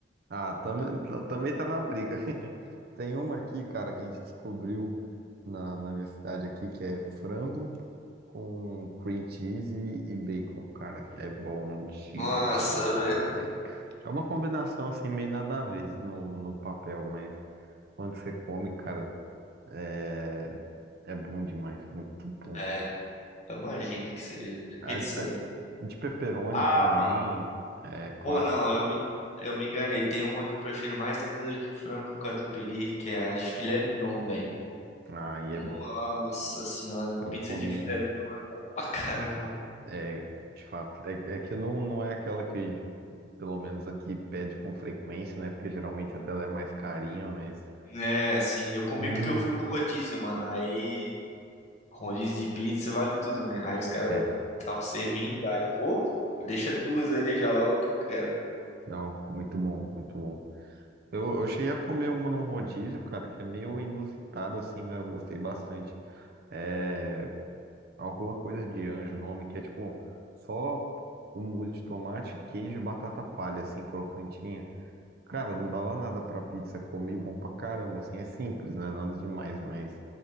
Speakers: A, on the right (about 55°); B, on the left (about 40°).
A: Ah, também, também tá na briga. <laughs> Tem uma aqui, cara, que a gente descobriu na, na universidade aqui, que é frango com cream cheese e e bacon, cara. É bom demais.
B: Nossa, velho.
A: É uma combinação assim, meio nada a ver no, no papel, mas quando você come, cara, é, é bom demais. Muito bom.
B: É, eu imagino que seja.
A: A,
B: Pizza.
A: a de pepperoni
B: Ah,
A: também
B: mano.
A: é clássica.
B: Pô, não, eu me, eu me enganei. Tem uma que eu prefiro mais ainda do que frango com catupiry, que é a de filé mignon, velho.
A: Aí
B: Nossa
A: é bom.
B: senhora,
A: Eu
B: pizza
A: comi,
B: de filé mignon é bom pra caramba.
A: é, de fato. É, é que não, não é aquela que, pelo menos aqui, pede com frequência, né? Porque geralmente até ela é mais carinha, mas.
B: É, sim, eu comi
A: Hum,
B: porque eu fui no rodízio, mano. Aí, rodízio de pizza vale tudo, né? Aí os caras
A: é.
B: estavam servindo, aí eu, pô, deixa duas aí já logo porque eu quero.
A: Não, muito bom, muito bom. Eu, eu cheguei a comer uma num rodízio, cara, que é meio inusitado assim, mas eu gostei bastante. É alguma coisa de anjo, o nome, que é tipo só um molho de tomate, queijo e batata palha, assim, crocantinha. Cara, não dava nada pra pizza, comi bom pra caramba, assim, é simples, né? Nada demais, mas